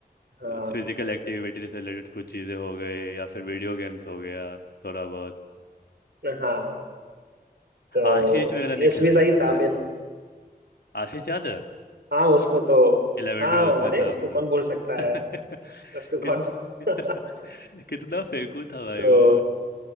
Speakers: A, on the right; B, on the left.
A: हाँ
B: फिजिकल एक्टिविटी से रिलेटेड कुछ चीज़ें हो गई या फिर वीडियो गेम्स हो गया थोड़ा बहुत
A: हाँ तो
B: आशीष वगैरह
A: यश
B: नहीं खेलना
A: भी सही
B: चाहता था
A: था फिर
B: इतना आशीष याद है
A: हाँ उसको तो
B: इलेवन
A: हाँ
B: ट्वेल्थ में
A: अरे
B: था
A: उसको
B: अपना
A: कौन भूल सकता
B: <laughs>
A: है उसको
B: कितना
A: कौन <laughs>
B: <laughs> कितना फेंकू था भाई
A: तो
B: वो